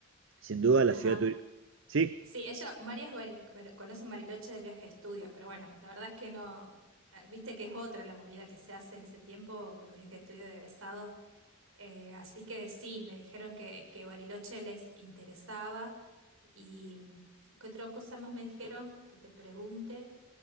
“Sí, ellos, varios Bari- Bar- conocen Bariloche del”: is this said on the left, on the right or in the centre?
Right